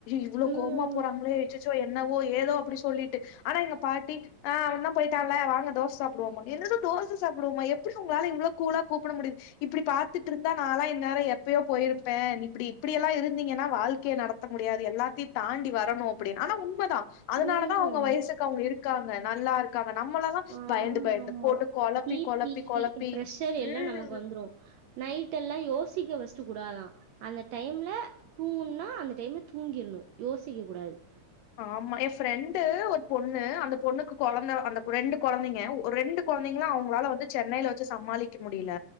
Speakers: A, on the left; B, on the right.
A: இவ்ளோ
B: ம்
A: கோவமா போறாங்களே எச்சிச்சோ என்னவோ ஏதோ அப்டி சொல்லிட்டு ஆனா எங்க பாட்டி ஆ போயிட்டால வாங்க தோச சாப்பிடுவோம்பாங்க என்னது தோச சாப்டுவோமா எப்டி உங்களால இவ்ளோ கூளா கூப்ட முடிஞ் இப்டி பாத்துட்டு இருந்தா நான்ல்லா இநேரோ எப்பயோ போயிருப்பே இப்டி இப்டியெல்லா இருந்தீங்கன்னா வாழ்க்கைய நட த்த முடியாது எல்லாத்தையு தாண்டி வரணு அப்டின்னு ஆனா உண்மதா அதனாலதா
B: ம்
A: அவுங்க வயசுக்கு அவுங்க இருக்காங்க நல்லா இருக் க்காங்க நம்மள தா
B: ஆமாமா
A: பயந்து பயந்து போட்டு கொழப்பி
B: பி
A: கொழப்பி
B: பி
A: கொழப்பி
B: ப்ரெஷர் எல்லா
A: ம்
B: நமக்கு வந்துரு நைட் எல்லா யோசிக்க வஸ்ட்டு யோசிக்க கூடாதா அந்த டைம்ல தூங்கனுனா அந்த டைம்ல தூங்கிறணு யோசிக்க கூடாது
A: ஆமா ஏ ஃப்ரெண்டு ஒரு பொண்ணு அந்த பொண்ணுக்கு கொழந்த அந்த ரெண்டு கொழந்தைங்க ஒரு ரெண்டு குழந்தைங்களு அவுங்களால வந்து சென்னையில வச்சு சமாளிக்க முடியல